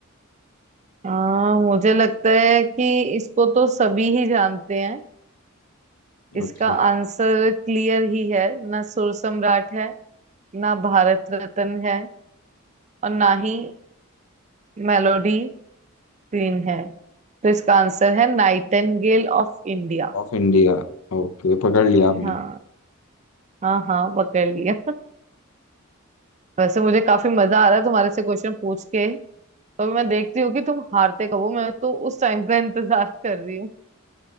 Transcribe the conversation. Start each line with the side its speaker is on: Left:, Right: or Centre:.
Right: हाँ मुझे लगता है कि इसको तो सभी ही जानते हैं इसका
Left: अच्छा
Right: आंसर क्लियर ही है ना सुर सम्राट है ना भारत रत्न है और ना ही मेलोडी क्वीन है तो इसका आंसर है नाइटेंगेल ऑफ इंडिया
Left: ऑफ इंडिया ओके पकड़ लिया आपने
Right: हाँ हाँ हाँ पकड़ लिया वैसे मुझे काफी मजा आ रहा है तुम्हारे से क्वेश्चन पूछ के तो अभी मैं देखती हूँ कि तुम हारते कब हो मैं तो उस टाइम का इंतजार <laughs> कर रही हूँ